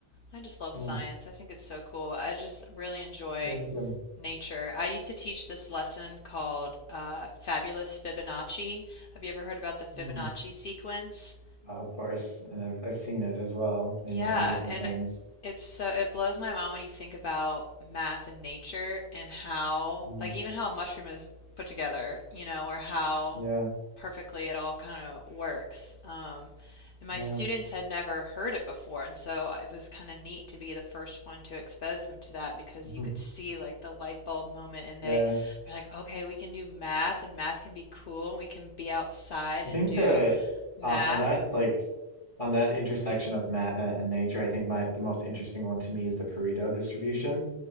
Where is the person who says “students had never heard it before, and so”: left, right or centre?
Left